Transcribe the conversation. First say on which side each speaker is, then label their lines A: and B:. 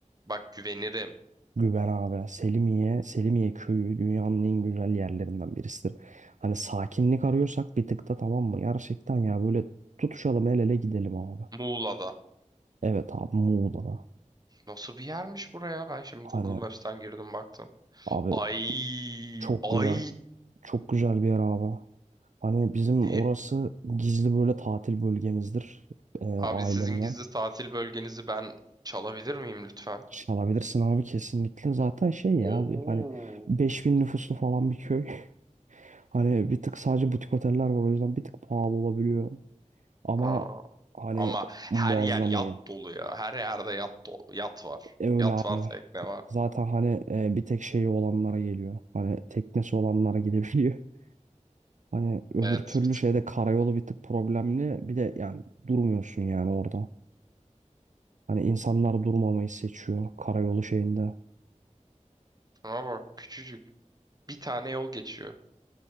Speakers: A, on the right (about 30°); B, on the right (about 70°).
A: Bak güvenirim.
B: Güven abi Selimiye, Selimiye Köyü dünyanın en güzel yerlerinden birisidir. Hani sakinlik arıyorsak bir tık da tamam mı? Gerçekten ya böyle tutuşalım el ele gidelim abi.
A: Muğla'da.
B: Evet abi Muğla'da.
A: Nasıl bir yermiş buraya? Ben şimdi
B: Hani
A: Google Maps'ten girdim baktım.
B: abi
A: Ay,
B: çok
A: ay.
B: güzel. Çok güzel bir yer abi. Hani bizim orası
A: E,
B: gizli böyle tatil bölgemizdir e, ailemle.
A: Abi sizin gizli tatil bölgenizi ben çalabilir miyim lütfen?
B: Çalabilirsin abi kesinlikle. Zaten şey ya
A: Oo.
B: abi hani beş bin nüfuslu falan bir köy. <laughs> Hani bir tık sadece butik oteller var o yüzden bir tık pahalı olabiliyor. Ama
A: Aa.
B: hani
A: Ama her
B: muazzam
A: yer yat
B: iyi.
A: dolu ya. Her yerde yat dolu, yat var.
B: E, öyle
A: Yat
B: abi.
A: var, tekne var.
B: Zaten hani e, bir tek şeyi olanlara geliyor. Hani teknesi olanlara gidebiliyor. <laughs> Hani öbür
A: Evet,
B: türlü
A: bir tık.
B: şeyde karayolu bir tık problemli. Bir de yani durmuyorsun yani orada. Hani insanlar durmamayı seçiyor karayolu şeyinde.
A: Ama bak küçücük. Bir tane yol geçiyor.